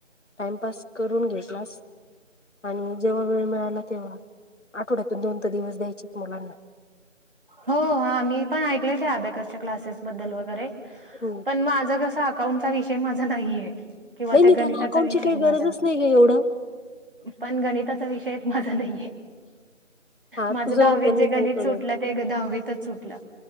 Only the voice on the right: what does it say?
हो हा मी पण ऐकले ते अबेकसच्या क्लासेस बद्दल वगैरे
पण माझं कसं अकाउंटचा विषय माझा नाही आहे किंवा
त्या
गणिताचा
विषय
माझा.
पण गणिताचा विषयच माझा नाही आहे
माझ
दहावीत
जे
गणित सुटला ते दहावीतच सुटला.